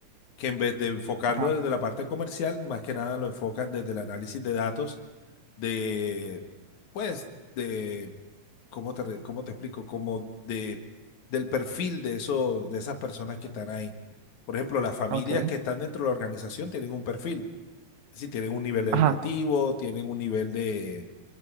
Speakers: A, on the left; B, on the right.
A: que en vez de enfocarlo
B: Ajá,
A: desde la parte comercial, más que nada lo enfocan desde el análisis de datos de, pues, de, ¿cómo te, re- cómo te explico? Como de, del perfil de eso, de esas personas que están ahí. Por ejemplo, las familias
B: ok.
A: que están dentro de la organización tienen un perfil. Si tienen un nivel educativo,
B: Ajá,
A: tienen un nivel de